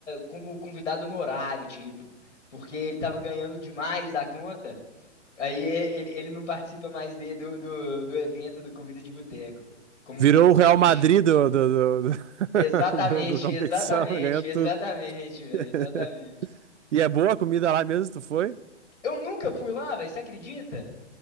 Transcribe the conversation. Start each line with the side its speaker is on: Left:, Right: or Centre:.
Left: como convidado honorário, tipo. Porque ele tava ganhando demais da conta. Aí é, ele, ele não participa mais de- do, do, do evento do Comida de Boteco, como
Right: Virou
Left: concorrente.
Right: o Real Madrid do, do, do,
Left: Exatamente,
Right: do, <laughs> do- do competição,
Left: exatamente,
Right: ganhou tudo.
Left: exatamente, velho,
Right: <laughs>
Left: exatamente.
Right: E é boa a comida lá mesmo, tu foi?
Left: Eu nunca fui lá, velho, você acredita?